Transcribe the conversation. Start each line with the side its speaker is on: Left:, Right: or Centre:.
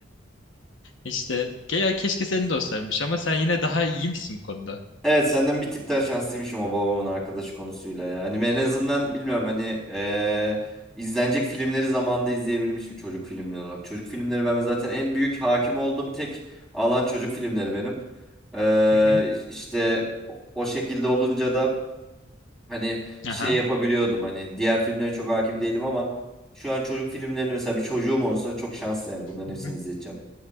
Left: İşte ke- ya keşke senin de olsaymış ama sen yine daha iyi misin bu konuda?
Centre: Evet senden bir tık daha şanslıymışım o babamın arkadaşı konusuyla ya. Hani ben en azından bilmiyorum hani eee, izlenecek filmleri zamanında izleyebilmişim çocuk filmleri olarak. Çocuk filmleri ben zaten en büyük hakim olduğum tek alan çocuk filmleri benim. Eee
Left: Hı hı.
Centre: işte o o şekilde olunca da hani şey
Left: Aha.
Centre: yapabiliyordum. Hani diğer filmlere çok hakim değilim ama şu an çocuk filmlerini mesela bir çocuğum olsa çok şanslı yani bunların hepsini
Left: Hı hı.
Centre: izleteceğim.